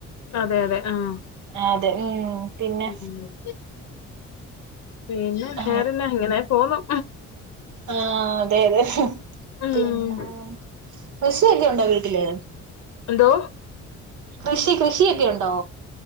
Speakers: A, on the left; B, on the right.
A: അതെ അതെ ആഹ്
B: ആഹ് അതെ ഉം പിന്നെ
A: മം പിന്നെ
B: ആ
A: വേറെന്നെ ഇങ്ങനെ പോന്നു
B: ആഹ് അതെ അതെ,
A: ഉം
B: പിന്നെ കൃഷിവല്ലോം ണ്ടോ വീട്ടില്
A: എന്തോ
B: കൃഷി കൃഷിയൊക്കെ ഉണ്ടോ?